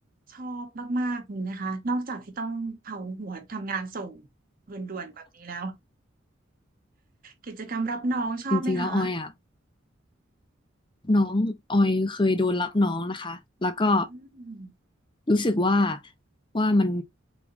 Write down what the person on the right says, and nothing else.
ชอบมากๆมีไหะคะนอกจากที่ต้องเผาหัวทำงานส่งด่วนๆแบบนี้แล้วกิจกรรมรับน้องชอบไหมคะ
อืม